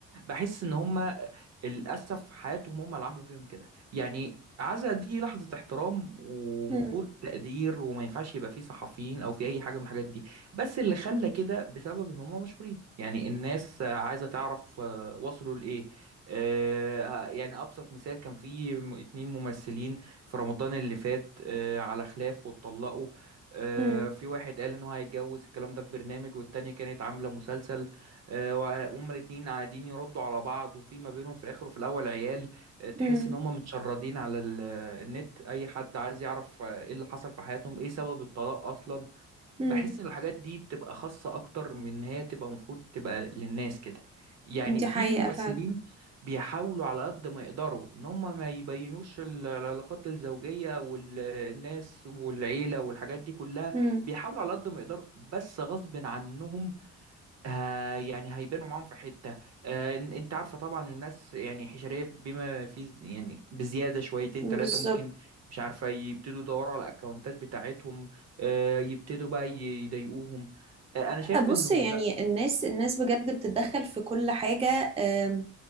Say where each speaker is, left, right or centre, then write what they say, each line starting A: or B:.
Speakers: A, on the right; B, on the right.
A: بحس ان هم للأسف حياتهم هم اللي عملوا فيهم كده يعني عزا دي لحظة احترام ومفروض
B: مم.
A: تقدير وما ينفعش يبقى فيه صحفيين أو في أي حاجة من الحاجات دي بس اللي خلى كده بسبب إن هم مشهورين يعني الناس عايزة تعرف آه، وصلوا لإيه آه، يعني أبسط مثال كان في م- اتنين ممثلين في رمضان اللي فات آه، على خلاف واتطلقوا آه،
B: مم.
A: في واحد قال إن هو هيتجوز الكلام ده في برنامج والتانية كانت عاملة مسلسل آه، وع- وهما الاتنين قاعدين يردوا على بعض وفي ما بينهم في الاخر وفي الاول عيال آه، تحس
B: مم.
A: ان هما متشردين على ال- آه، النت اي حد عايز يعرف آه، ايه اللي حصل في حياتهم ايه سبب الطلاق اصلا
B: مم.
A: بحس ان الحاجات دي بتبقى خاصة اكتر من إن هي تبقى المفروض تبقى للناس كده يعني
B: دي
A: في
B: حقيقة
A: ممثلين
B: فعلا
A: بيحاولوا على قد ما يقدروا ان هم ما يبينوش ال- العلاقات الزوجية والناس والعيلة والحاجات دي كلها
B: مم.
A: بيحاولوا على قد ما يقدروا بس غصب عنهم ها يعني هيبانوا معاهم في حتة آه، إن- انت عارفة طبعا الناس يعني حشرية بما في ز- يعني بزيادة شويتين ثلاثة
B: بالظبط
A: ممكن مش عارفة يبتدوا يدوروا على الاكونتات بتاعتهم آه، يبتدوا بقى ي- يضايقوهم آه، انا شايف
B: بص
A: انه
B: يعني
A: لا
B: الناس الناس بجد بتتدخل في كل حاجة آم،